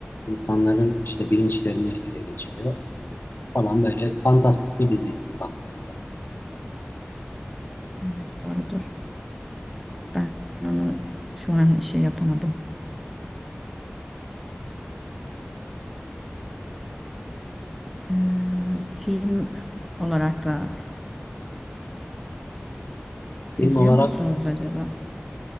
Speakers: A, on the left; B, in the centre.
A: İnsanların işte bilinçlerini ele geçiriyor falan böyle fantastik bir dizi baktığınız zaman.
B: evet doğrudur. Ben onu şu an şey yapamadım. Ee, film olarak da
A: Film
B: izliyor
A: olarak
B: musunuz acaba?